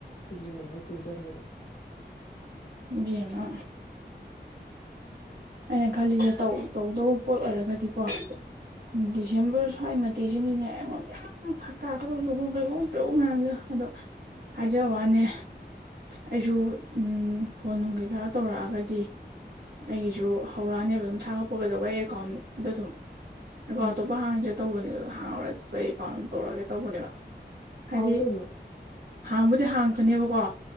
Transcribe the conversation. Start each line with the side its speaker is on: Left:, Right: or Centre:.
Left: ꯑꯗꯨꯗꯅꯦ ꯑꯩ ꯀꯨꯏ ꯆꯈꯩꯗꯣ
Right: ꯏꯕꯦꯝꯃ ꯑꯩꯅ ꯈꯜꯂꯤꯖꯦ ꯇꯧ ꯇꯧꯗꯧꯕ ꯄꯣꯠ ꯑꯣꯏꯔꯒꯗꯤꯀꯣ ꯗꯤꯁꯤ__ ꯗꯤꯁꯦꯝꯕꯔ ꯁ꯭ꯋꯥꯏ ꯃꯇꯦꯛꯁꯤꯃꯗꯤꯅꯦ ꯑꯩꯉꯣꯟꯗ ꯌꯥꯝ ꯐꯛ ꯇꯥꯛꯀꯗꯧ ꯂꯨꯍꯣꯡ ꯀꯩꯍꯣꯡ ꯆꯩꯍꯣꯡ ꯃꯌꯥꯝꯖꯦ ꯑꯗꯣ ꯍꯥꯏꯖꯕ ꯋꯥꯅꯦ ꯑꯩꯁꯨ ꯎꯝ ꯐꯣꯟ ꯅꯨꯡ ꯀꯩꯀꯥ ꯇꯧꯔꯛꯑꯒꯗꯤ ꯑꯩ__ ꯖꯨ ꯍꯧꯔꯛꯑꯅꯦꯕ ꯑꯗꯨꯝ ꯊꯥꯒꯠꯄ ꯀꯩꯗꯧꯕ ꯑꯩ ꯑꯦꯀꯥꯎꯟꯗꯨꯗꯨꯝ ꯑꯦꯀꯥꯎꯟ
Left: ꯎꯝ
Right: ꯑꯇꯣꯞꯄ ꯍꯥꯡ__ ꯇꯧꯕꯅꯦ ꯑꯗꯨ ꯍꯥꯡꯉꯔꯣꯏ ꯑꯇꯣꯞꯄ ꯑꯩꯒꯤ ꯑꯦꯀꯥꯎꯟ ꯑꯃ ꯇꯧꯔꯛꯑꯒꯦ ꯇꯧꯕꯅꯦꯕ ꯍꯥꯏꯗꯤ
Left: ꯍꯥꯎ ꯀꯩꯅꯣ
Right: ꯍꯥꯡꯕꯨꯗꯤ ꯍꯥꯡꯉꯛꯀꯅꯦꯕꯀꯣ